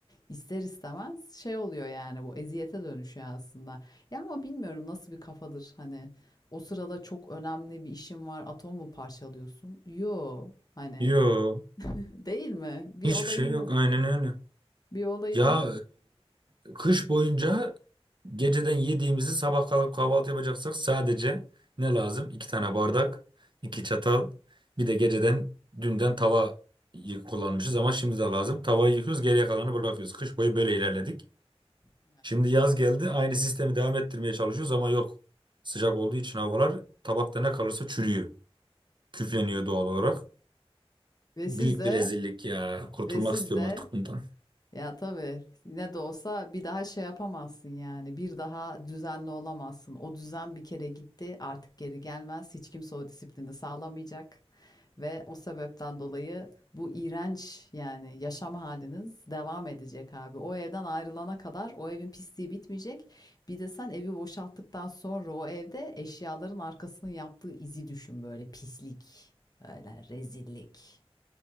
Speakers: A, on the left; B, on the right.
A: İster istemez şey oluyor yani bu eziyete dönüşüyor aslında. Ya ama bilmiyorum nasıl bir kafadır hani o sırada çok önemli bir işin var atom mu parçalıyorsun? Yo hani
B: Yo,
A: <laughs> değil mi? Bir
B: hiçbir
A: olayın
B: şey yok
A: yok.
B: aynen öyle.
A: Bir olayın
B: Ya
A: yok.
B: e, kış boyunca geceden yediğimizi sabah kalkıp kahvaltı yapacaksak sadece ne lazım? İki tane bardak, iki çatal, bir de geceden dünden tava y- kullanmışız ama şimdi de lazım. Tavayı yıkıyoruz, geriye kalanı bırakıyoruz. Kış boyu böyle ilerledik.
A: Evet,
B: Şimdi yaz geldi, aynı sistemi devam ettirmeye çalışıyoruz ama yok. Sıcak olduğu için havalar tabakta ne kalırsa çürüyor. Küfleniyor
A: evet.
B: doğal olarak.
A: Ve
B: Büyük
A: siz de
B: bir rezillik ya. Kurtulmak
A: ve siz
B: istiyorum
A: de
B: artık bundan.
A: Ya tabii ne de olsa bir daha şey yapamazsın yani. Bir daha düzenli olamazsın. O düzen bir kere gitti, artık geri gelmez. Hiç kimse o disiplini sağlamayacak. Ve o sebepten dolayı bu iğrenç yani yaşam haliniz devam edecek abi. O evden ayrılana kadar o evin pisliği bitmeyecek. Bir de sen evi boşalttıktan sonra o evde eşyaların arkasının yaptığı izi düşün böyle pislik, böyle rezillik.